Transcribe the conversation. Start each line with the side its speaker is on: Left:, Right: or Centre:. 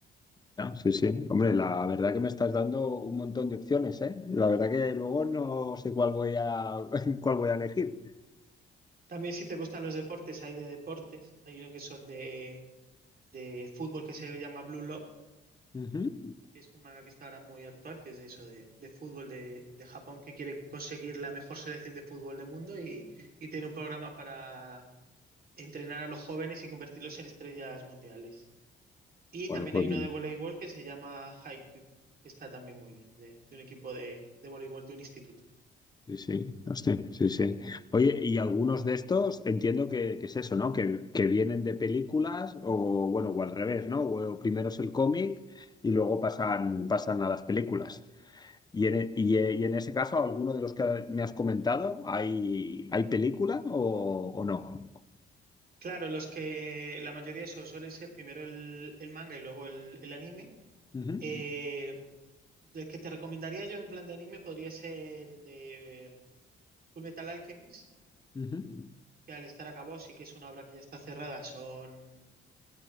Left: Ah, Sí, sí. Hombre, la verdad que me estás dando un montón de opciones, ¿eh? La verdad que luego no sé cuál voy a, <laughs> cuál voy a elegir.
Right: También si te gustan los deportes, hay de deportes. Hay uno que son de, de fútbol que se llama Blue Lock
Left: Ujú.
Right: Es un manga que está ahora muy actual, que es de eso, de, de fútbol de, de Japón, que quiere conseguir la mejor selección de fútbol del mundo y, y tiene un programa para entrenar a los jóvenes y convertirlos en estrellas mundiales. Y
Left: Bueno,
Right: también
Left: pues
Right: hay uno de voleibol que se llama Haikyuu, que está también muy bien, de, de un equipo de, de voleibol de un instituto.
Left: Sí, sí, hostia, sí, sí. Oye, y algunos de estos entiendo que, que es eso, ¿no? Que, que vienen de películas o, bueno, o al revés, ¿no? O primero es el cómic y luego pasan, pasan a las películas. Y en, e- y, e- y en ese caso, ¿alguno de los que me has comentado, hay, hay película o, o no?
Right: Claro, los que la mayoría de eso suele ser primero el, el manga y luego el, el anime.
Left: Ujú,
Right: Eh, del que te recomendaría yo en plan de anime podría ser el de eh, Fullmetal Alchemist
Left: ujú,
Right: que al estar acabado sí que es una obra que ya está cerrada. Son,